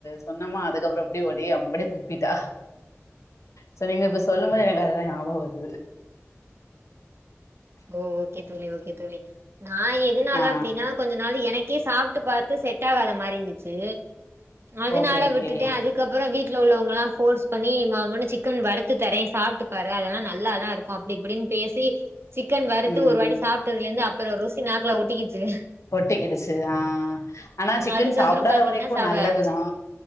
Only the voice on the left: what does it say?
சொன்னமா அதுக்கப்றோ அப்டி ஓடி அம்படியே துப் பிட்டா சோ நீங்க இப்ப சொல்லும் போது எனக்கு அதெல்லா ஞாபகம் வருது
ஆ
ஓகே ஓகே
ம்
ஒட்டிக்கிடுச்சு ஆ ஆனா சிக்கன்
சாப்பிடாத
வரைக்கு
நல்லதுதா